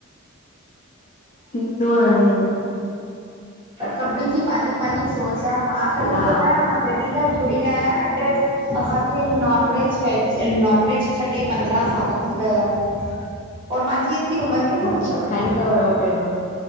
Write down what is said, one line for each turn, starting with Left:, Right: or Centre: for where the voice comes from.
Left: थींदो आ हिं
Right: सभिन जी पंहिंजी पंहिंजी सोच आ मां सही
Left: हा
Right: ॿुधायां जदी खां जुड़ी आया अॼ असांखे non veg veg non veg छॾे पंद्रहं साल थी विया आहिन। और मांजी एतरी उमर बि कोन
Left: अच्छा
Right: तव,
Left: खाईंदा हुयव पहिरियों